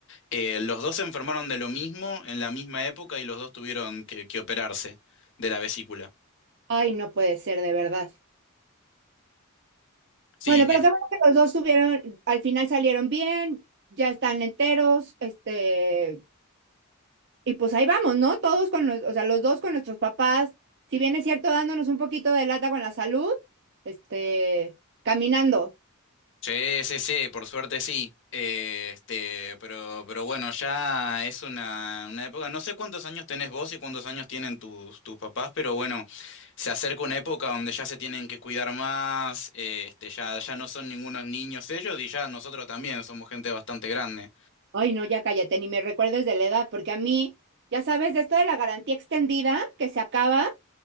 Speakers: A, on the left; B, on the right.
A: eh, los dos se enfermaron de lo mismo en la misma época y los dos tuvieron que, que operarse de la vesícula.
B: Ay, no puede ser de verdad.
A: Sí,
B: Bueno, pero qué bueno que los dos tuvieron, al final salieron bien, ya están enteros, este, y pues ahí vamos, ¿no? Todos con los, o sea, los dos con nuestros papás, si bien es cierto, dándonos un poquito de lata con la salud, este, caminando.
A: Sí, sí, sí, por suerte sí. Eh, este, pero, pero bueno, ya es una, una época. No sé cuántos años tenés vos y cuántos años tienen tus, tus papás, pero bueno, se acerca una época donde ya se tienen que cuidar más, eh, este, ya, ya no son ningunos niños ellos y ya nosotros también somos gente bastante grande.
B: Ay, no, ya cállate, ni me recuerdes de la edad, porque a mí, ya sabes, de esto de la garantía extendida que se acaba,